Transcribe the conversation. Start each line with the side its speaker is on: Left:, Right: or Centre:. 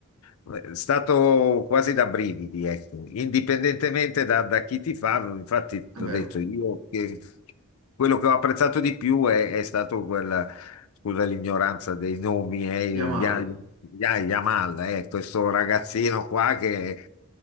Left: è stato quasi da brividi, ecco. Indipendentemente da, da chi ti fa, infatti,
Right: È
Left: ti
Right: vero.
Left: ho detto io che quello che ho apprezzato di più è, è stato quel scusa l'ignoranza dei nomi, eh,
Right: Yamal,
Left: Ya- Ya- Yamal, eh, questo ragazzino qua che